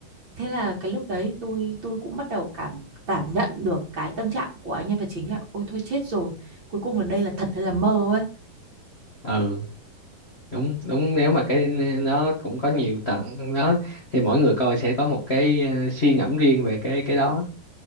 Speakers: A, on the right; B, on the left.
A: thế là cái lúc đấy tôi tôi cũng bắt đầu cảm cảm nhận được cái tâm trạng của anh nhân vật chính là ôi thôi chết rồi cuối cùng là đây là thật hay là mơ ấy
B: ừ đúng đúng nếu mà cái nó cũng có nhiều tầng đó thì mỗi người coi sẽ có một cái ờ, suy ngẫm riêng về cái cái đó